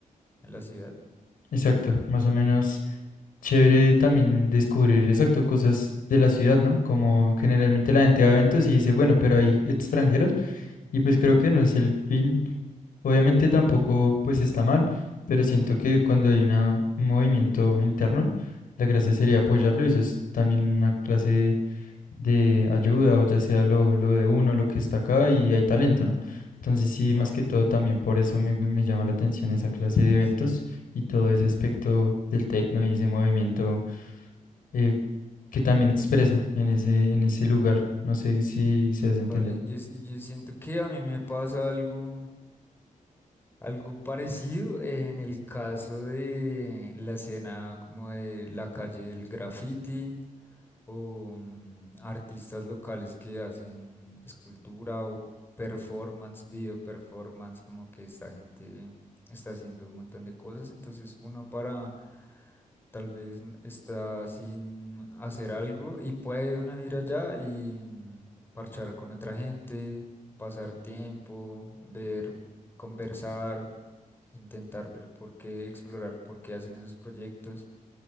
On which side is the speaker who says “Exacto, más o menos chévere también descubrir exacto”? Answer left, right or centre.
Left